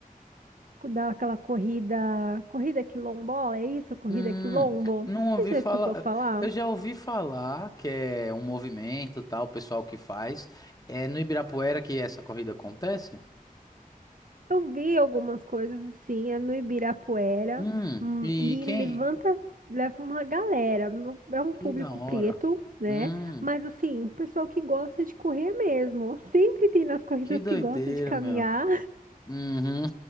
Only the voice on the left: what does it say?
hum.
Não
ouvi
falar.
Eu já ouvi falar que é um movimento, tal, o pessoal que faz. É no Ibirapuera que essa corrida acontece?
Hum,
e
quem?
Que
da hora.
Hum,
que doideira,
meu. Uhum.